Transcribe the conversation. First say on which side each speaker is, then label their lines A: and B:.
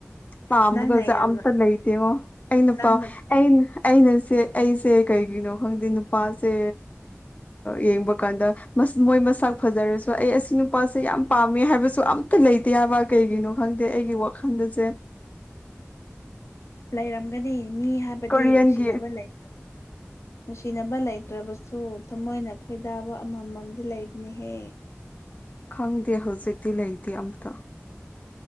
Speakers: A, on the left; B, on the left.
A: ꯄꯥꯝꯕꯒꯁꯦ
B: ꯅꯪꯅ ꯌꯥꯝꯅ
A: ꯑꯝꯇ ꯂꯩꯇꯦꯉꯣ ꯑꯩꯅ
B: ꯅꯪꯅ
A: ꯄꯥꯎ ꯑꯩꯅ ꯑꯩꯅ ꯁ ꯑꯩꯁꯦ ꯀꯩꯒꯤꯅꯣ ꯈꯪꯗꯦ ꯅꯨꯄꯥꯁꯦ ꯌꯦꯡꯕ ꯀꯥꯟꯗ ꯃꯣꯏ ꯃꯁꯥ ꯐꯖꯔꯁꯨ ꯑꯩ ꯑꯁꯤ ꯅꯨꯄꯥꯁꯦ ꯌꯥꯝ ꯄꯥꯝꯃꯦ ꯍꯥꯏꯕꯁꯨ ꯑꯝꯇ ꯂꯩꯇꯦ ꯌꯥꯕ ꯀꯩꯒꯤꯅꯣ ꯈꯪꯗꯦ ꯑꯩꯒꯤ ꯋꯥꯈꯜꯗꯁꯦ
B: ꯂꯩꯔꯝꯒꯅꯤ ꯃꯤ ꯍꯥꯏꯕꯗꯤ
A: ꯀꯣꯔꯤꯌꯟꯒꯤ
B: ꯅꯨꯡꯁꯤꯅꯕ ꯂꯩ ꯆꯤꯅꯕ ꯂꯩꯇ꯭ꯔꯕꯁꯨ ꯊꯃꯣꯏꯅ ꯈꯣꯏꯗꯥꯕ ꯑꯃꯃꯝꯗꯤ ꯂꯩꯕꯅꯤꯍꯦ
A: ꯈꯪꯗꯦ ꯍꯧꯖꯤꯛꯇꯤ ꯂꯩꯇꯦ ꯑꯝꯇ